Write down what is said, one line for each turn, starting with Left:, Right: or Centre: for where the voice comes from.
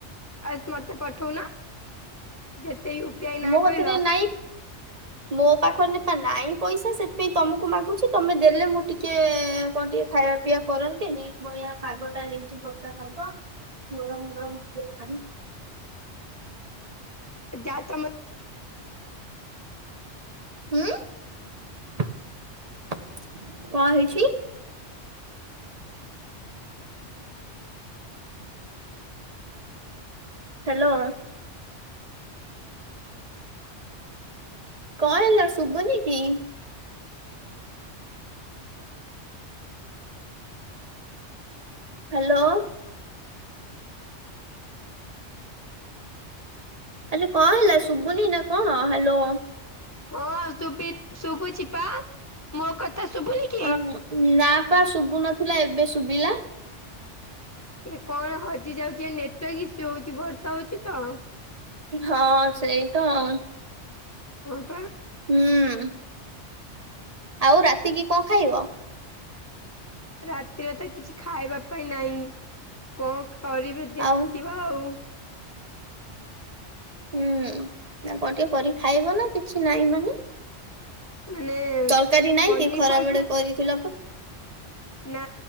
Left: ଆଜ୍ ମତେ ପଠଉ ନ ଯେତେ ୟୁ ପି ଆଇ ନା
Right: ମୋ କତିରେ
Left: କହିଲ
Right: ନାଇଁ ମୋ ପାଖରେ ପା ନାଇଁ ପଇସା। ଆ ସେତିକି ତମକୁ ମାଗୁଛି ତମେ ଦେଲେ ମୁଁ ଟିକେ କଣ ଟିକେ ଖାଇବା ପିଇବା କରନ୍ତିନି। ବଳିଆ ପାଗ ଟା ହେଇଛି ବର୍ଷା ପାଗ ଗରମ ଗରମ ଟିକେ ଛଣୀ
Left: ଯା ଚାମଚ
Right: ହୁଁ କଣ ହେଇଛି? ହ୍ୟାଲୋ। କଣ ହେଲା ଶୁଭୁନି କି? ହ୍ୟାଲୋ। ଆଲେ କଣ ହେଲା ଶୁଭୁନି ନା କଣ ହ୍ୟାଲୋ?
Left: ହଁ ସୁବିପ୍ ଶୁଭୁଛି ପା ମୋ କଥା ଶୁଭୁନି କି?
Right: ଅ ନା ପା ଶୁଭୁ ନଥିଲା ଏବେ ଶୁଭିଲା।
Left: ଏ କଣ ହଜି ଯାଉଛି ଏ ନେଟୱାର୍କ ଇସୁ ହଉଛି ବର୍ଷା ହଉଛି ତ।
Right: ହଁ ସେଇ ତ ଆଉ।
Left: ହଁ ପା।
Right: ହୁଁ। ଆଉ ରାତିକି କଣ ଖାଇବ?
Left: ରାତିରେ ତ କିଛି ଖାଇବା ପାଇଁ ନାହିଁ କଣ କରିବେ ଦେଖିବା
Right: ଆଉ
Left: ଆଉ।
Right: ହୁଁ ଅ ଟିକେ କରି ଖାଇବ ନା କିଛି ନାଇଁ ମାନେ।
Left: ମାନେ।
Right: ତରକାରୀ ନାଇଁ
Left: ପନିପରିବା
Right: କି ଖରା ବେଳେ କରିଥିଲ ପା?
Left: ନା